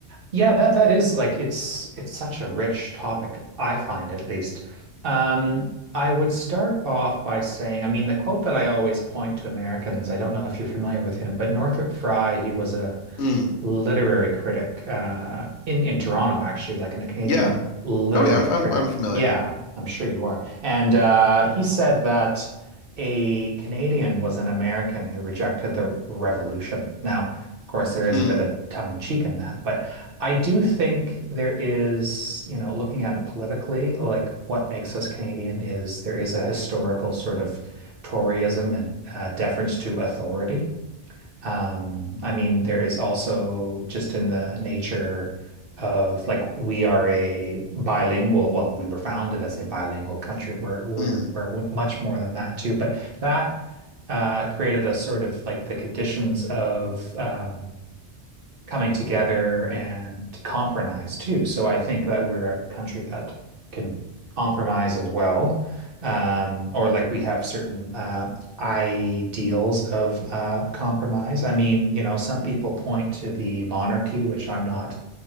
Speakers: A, on the right; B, on the left.
A: yeah, that that is like it's it's such a rich topic, I find at least. Um I would start off by saying, I mean, the quote that I always point to Americans, I don't know if you're familiar with him, but Northrop Frye, he was
B: Mm.
A: literary critic uh, in in Toronto, actually, like a Canadian
B: Yeah.
A: literary
B: Oh yeah. I'm I'm,
A: critic.
B: I'm familiar.
A: Yeah, I'm sure you are. And uh, he said that a Canadian was an American who rejected the revolution. Now, of course, there is
B: Hmm.
A: a bit of tongue in cheek in that, but I do think there is, you know, looking at it politically, like what makes us Canadian is there is a historical sort of Toryism and uh, deference to authority. Um, I mean, there is also just in the nature of like we are a bilingual, well, we were founded as a bilingual country. We're we're
B: Mm.
A: we're much more than that too. But that uh, created a sort of like the conditions of um, coming together and compromise too. So I think that we're a country that can compromise as well, um, or like we have certain uh, ideals of uh, compromise. I mean, you know, some people point to the monarchy, which I'm not,